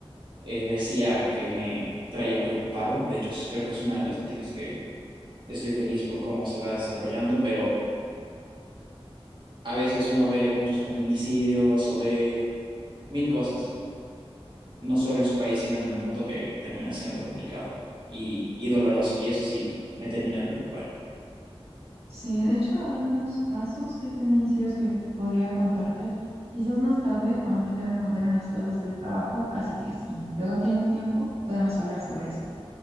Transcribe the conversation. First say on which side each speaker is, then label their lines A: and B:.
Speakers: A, on the right; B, on the right.
A: eh, decía que me traían preocupado, de hecho es, creo que es una de las noticias que estoy feliz por cómo se va desarrollando, pero a veces uno ve muchos feminicidios o ve mil cosas, no solo en su país, sino en el mundo, que termina siendo complicado y, y doloroso. Y eso sí, me termina de preocupar.
B: Sí, de hecho hay unos casos de feminicidios que podría contarte. Quizás más tarde, ahorita tengo que mandar unas cosas del trabajo, así que si luego tienes tiempo, podemos hablar sobre eso.